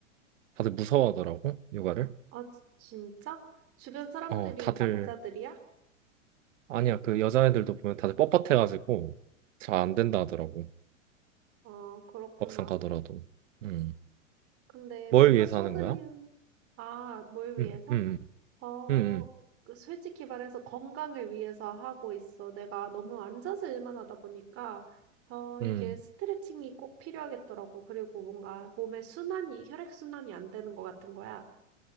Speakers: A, on the right; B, on the right.
A: 다들 무서워하더라고,
B: 어,
A: 요가를.
B: 아, 지- 진짜? 주변 사람들이
A: 어, 다들,
B: 남자들이야?
A: 아니야, 그 여자애들도 보면 다들 뻣뻣해가지고 잘 안 된다 하더라고,
B: 어, 그렇구나.
A: 막상 가더라도. 음,
B: 근데
A: 뭘
B: 뭔가
A: 위해서
B: 속은,
A: 하는 거야?
B: 아, 뭘 위해서?
A: 음, 음,
B: 어,
A: 음, 음.
B: 그 솔직히 말해서 건강을 위해서 하고 있어. 내가 너무 앉아서 일만 하다 보니까, 어,
A: 음.
B: 이게 스트레칭이 꼭 필요하겠더라고. 그리고 뭔가 몸의 순환이, 혈액순환이 안 되는 것 같은 거야.